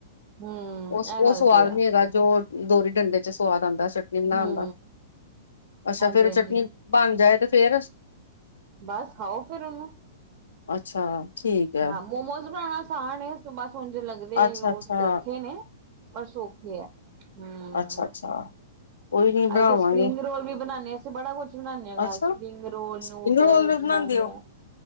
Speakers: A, on the right (about 45°); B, on the left (about 75°).
A: ਹੂੰ
B: ਉਹ
A: ਇਹ
B: -ਉਹ
A: ਗੱਲ
B: ਸਵਾਦ
A: ਤੇ ਹੈ
B: ਨੀ ਹੈਗਾ ਜੋ ਦੋਰੀ ਡੰਡੇ 'ਚ ਸਵਾਦ ਆਂਦਾ ਚਟ ਕਿੰਨਾ
A: ਹੂੰ
B: ਆਣਾ ਦਾ ਅੱਛਾ
A: ਹਾਂਜੀ
B: ਫੇਰ
A: ਹਾਂਜੀ
B: ਚਟਨੀ ਬਣ ਜਾਏ ਤੇ ਫੇਰ
A: ਬਸ ਖਾਓ ਫੇਰ ਉਹਨੂੰ
B: ਅੱਛਾ ਠੀਕ ਹੈ।
A: ਹਾਂ ਮੋਮੋਸ ਬਣਾਣਾ ਆਸਾਨ ਬਸ ਹੁਣ ਲੱਗਦੇ
B: ਅੱਛਾ
A: ਉਹ
B: ਅੱਛਾ
A: ਔਖੇ ਨੇ ਪਰ ਸੌਖੇ ਹੈ ਹੂੰ।
B: ਅੱਛਾ ਅੱਛਾ ਕੋਈ ਨੀ ਬਣਾਵਾਂਗੇ
A: ਅ ਤੇ ਸਪਰਿੰਗ ਰੋਲ ਵੀ ਬਣਾਣੇ। ਬੜਾ ਕੁਛ ਬਣਾਨਣੇ ਹਾਂ
B: ਅੱਛਾ
A: spring roll noodle
B: ਸਪਰਿੰਗ ਰੋਲ ਵੀ ਬਣਾਉਂਦੇ
A: ਮੋਮੋ
B: ਹੋ